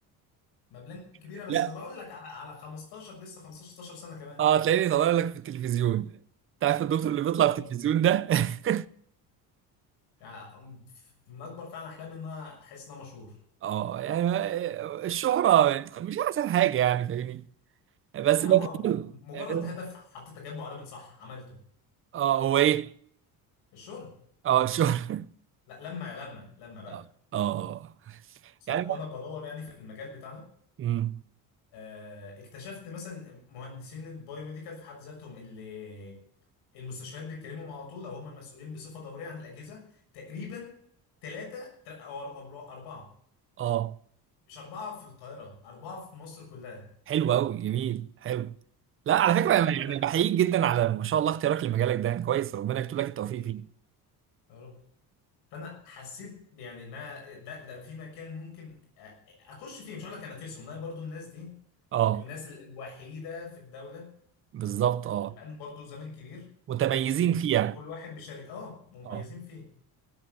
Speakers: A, on the left; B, on the right.
A: مبلغ
B: <laughs>
A: كبيره بس
B: لا
A: ما بقول لك على على 15 لسه 15 16 سنه كمان
B: اه هتلاقيني طالع لك في التلفزيون تعرف الدكتور اللي بيطلع
A: أيوة.
B: في التلفزيون ده <laughs>
A: يعني من اكبر فعلا احلامي ان انا احس ان انا مشهور
B: اه يعني ما- الشهرة مش احسن حاجة يعني فاهمني بس
A: لا
B: لكن
A: هو مجرد
B: حلو.
A: هدف حطيت جنبه علامه صح عملته
B: اه هو ايه
A: الشهرة
B: اه الشهرة
A: لا لما لما
B: <laughs>
A: لما بقى
B: اه اه
A: بس
B: يعني
A: لا وانا بدور يعني في المجال بتاعنا
B: امم
A: آه، اكتشفت مثلا مهندسين البايوميديكال في حد ذاتهم اللي المستشفيات بيتكلموا على طول او هم المسؤولين بصفه دوريه عن الاجهزه تقريبا ثلاثه او اربعه
B: اه
A: مش أربعة في القاهرة أربعة في مصر كلها
B: حلو قوي جميل حلو لا على فكرة
A: اللي هو
B: انا
A: أنا
B: يعني بحييك جدا على ما شاء الله اختيارك لمجالك ده يعني كويس ربنا يكتب لك التوفيق
A: ليه؟
B: فيه
A: يا رب فأنا حسيت يعني إن أنا ده ده في مكان ممكن أ- أخش فيه مش هقول لك أنافسهم لا برضو الناس دي
B: اه
A: الناس ال- الوحيدة في الدولة
B: بالظبط اه
A: اللي بقالهم برضو زمن كبير
B: متميزين فيه يعني
A: كل واحد بيشارك أه مميزين
B: اه
A: فيه